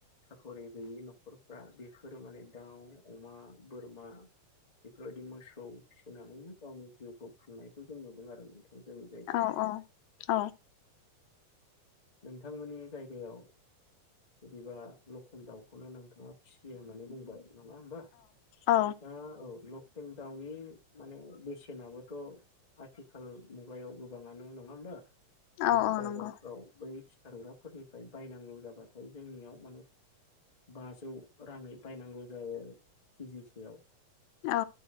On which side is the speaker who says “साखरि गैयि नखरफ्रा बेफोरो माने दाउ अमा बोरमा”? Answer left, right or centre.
Left